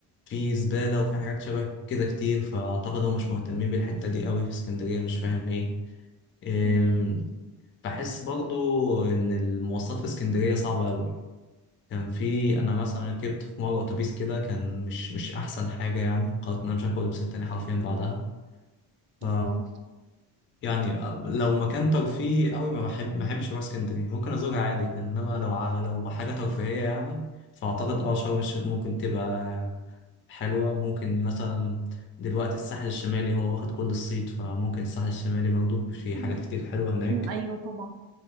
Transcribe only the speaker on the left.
في زباله وفي حاجات شبه كده كتير فاعتقد هم مش مهتمين بالحته دي قوي في اسكندريه مش فاهم ليه
بحس برضو ان المواصلات في اسكندريه صعبه قوي كان في انا مثلا ركبت في مره اتوبيس كده كان مش مش احسن حاجه يعني قررت ان انا مش هاكل لبس تاني حرفيا بعدها ف
يعني لو مكان ترفيهي قوي ما بحب ما بحبش اروح اسكندريه ممكن ازورها عادي كده انما لو ع- لو حاجه ترفيهيه يعني فاعتقد اه شرم الشيخ ممكن تبقى حلوه ممكن مثلا دلوقتي الساحل الشمالي هو واخد كل الصيت فممكن الساحل الشمالي برضو في
حاجات كتير حلوه هناك